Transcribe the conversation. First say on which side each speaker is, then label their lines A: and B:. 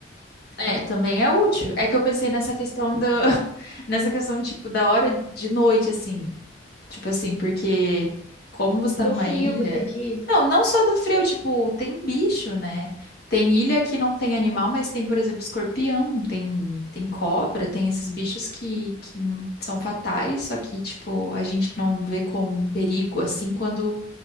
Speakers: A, on the left; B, on the left.
A: É, também é útil. É que eu pensei nessa questão do, <laughs> nessa questão, tipo, da hora de noite, assim. Tipo assim, porque como você
B: Do
A: tá numa
B: frio,
A: ilha.
B: você diz?
A: Não, não só do frio, tipo, tem bicho, né? Tem ilha que não tem animal, mas tem, por exemplo, escorpião, tem, tem cobra, tem esses bichos que, que são fatais, só que, tipo, a gente não vê como um perigo, assim, quando,